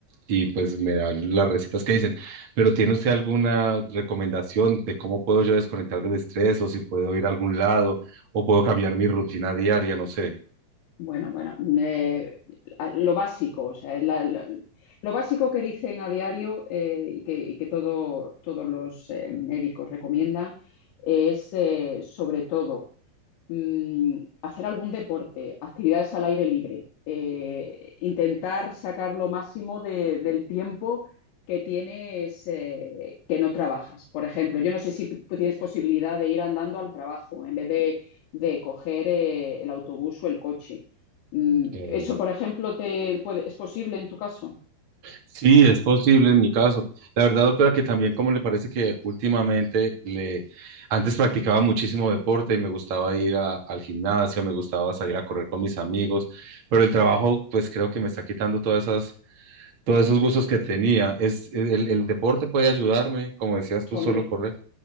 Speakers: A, on the right; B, on the left.
A: y pues me dan las recetas que dicen, pero ¿tiene usted alguna recomendación de cómo puedo yo desconectar del estrés o si puedo ir a algún lado o puedo
B: Bueno.
A: cambiar mi rutina diaria? No sé.
B: Bueno, bueno, eh, a- lo básico, o sea, la- la- lo básico que dicen a diario eh, y que, y que todo- todos los eh, médicos recomiendan es, eh, sobre todo, mm, hacer algún deporte, actividades al aire libre, eh, intentar sacar lo máximo de- del tiempo que tienes eh, que no trabajas. Por ejemplo, yo no sé si tienes posibilidad de ir andando al trabajo en vez de, de coger eh, el autobús o el coche. Mm,
A: eh,
B: ¿Eso, por ejemplo, te puede- es posible en tu caso?
A: Sí, es posible en mi caso. La verdad, doctora, que también como le parece que últimamente le, antes practicaba muchísimo deporte y me gustaba ir a- al gimnasio, me gustaba salir a correr con mis amigos, pero el trabajo, pues creo que me está quitando todas esas, todos esos gustos que tenía. Es, e, el, el deporte puede ayudarme, como decías tú,
B: Hombre.
A: solo correr.